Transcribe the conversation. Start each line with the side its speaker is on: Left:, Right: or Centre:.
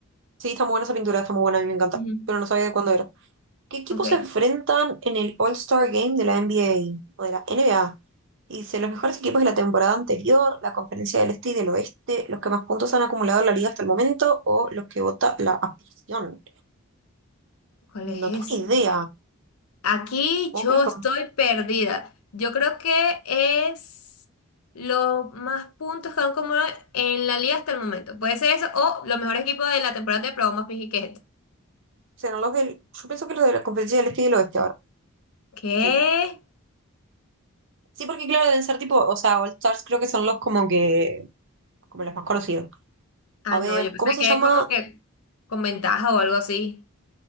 Right: sí, está muy buena esa pintura, está muy buena, a mí me encanta.
Left: Ujú.
Right: Pero no sabía de cuándo era. ¿Qué equipos
Left: Ok,
Right: se enfrentan en el All-Star Game de la NBA o de la NBA? Y Dice, los mejores equipos de la temporada anterior, la conferencia del este y del oeste, los que más puntos han acumulado en la liga hasta el momento o los que vota la afición.
Left: ¿cuál
Right: No
Left: es
Right: tengo ni idea.
Left: Aquí
Right: Supongo
Left: yo
Right: que los que
Left: estoy perdida. Yo creo que es los más puntos que han acumulado en la liga hasta el momento. Puede ser eso o los mejores equipos de la temporada de probamos fingir que es esto.
Right: serán los del... Yo pienso que los de la conferencia del este y del oeste ahora.
Left: ¿Qué?
Right: Sí. Sí, porque claro, deben ser tipo, o sea, All Stars creo que son los como que, como los más conocidos.
Left: Ah,
Right: A ver,
Left: no, yo pensé
Right: ¿cómo se
Left: que
Right: llama?
Left: es como que con ventaja o algo así.